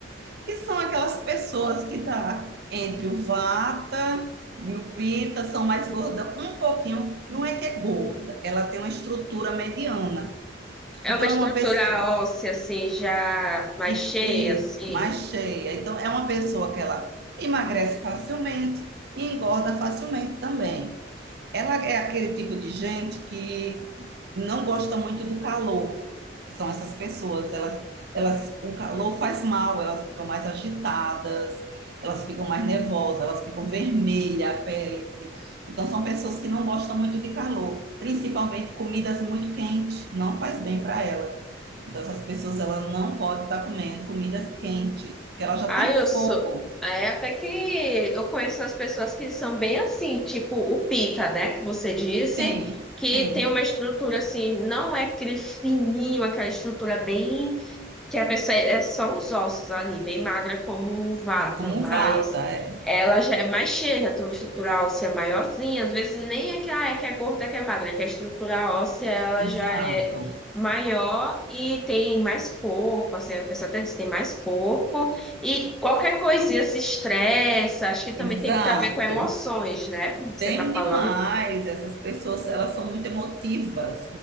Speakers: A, on the right; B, in the centre.
A: que são aquelas pessoas que tá entre o vata e o pita, são mais gorda um pouquinho, não é que é gorda, ela tem uma estrutura mediana.
B: É
A: Então
B: uma estrutura
A: é uma pessoa
B: óssea, assim, já mais
A: e,
B: cheia, assim.
A: e mais cheia. Então é uma pessoa que ela emagrece facilmente e engorda facilmente também. Ela é aquele tipo de gente que não gosta muito do calor. São essas pessoas, elas, elas, o calor faz mal, elas ficam mais agitadas, elas ficam mais nervosas, elas ficam vermelha a pele. Então são pessoas que não gostam muito de calor, principalmente comidas muito quentes, não faz bem para elas. Então essas pessoas ela não pode estar comendo comidas quentes, porque ela já
B: Ai,
A: tem um fogo.
B: eu sou. É até que eu conheço as pessoas que são bem assim, tipo o Pita, né? Que você disse,
A: Sim,
B: que
A: sim,
B: tem uma estrutura assim, não é aquele fininho, aquela estrutura bem que a pessoa é é só os ossos ali, bem magra como vata,
A: como
B: mas
A: vata, é.
B: ela já é mais cheia, tem uma estrutura óssea maiorzinha, às vezes nem é que, ah, é que é gorda, é que é magra, é que a estrutura óssea ela
A: Exato,
B: já é maior e tem mais corpo, assim, a pessoa até diz que tem mais corpo, e qualquer coisinha se estressa, acho que também
A: exato.
B: tem muito a ver com emoções, né, como você
A: Tem
B: tá falando.
A: demais, essas pessoas, elas são muito emotivas,